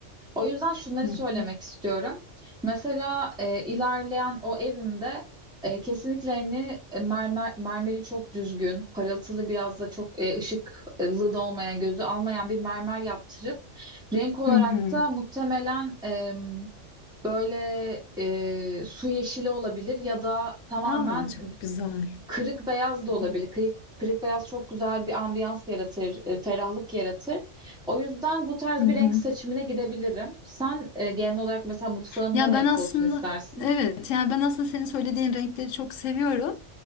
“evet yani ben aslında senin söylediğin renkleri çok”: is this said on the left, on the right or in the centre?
Left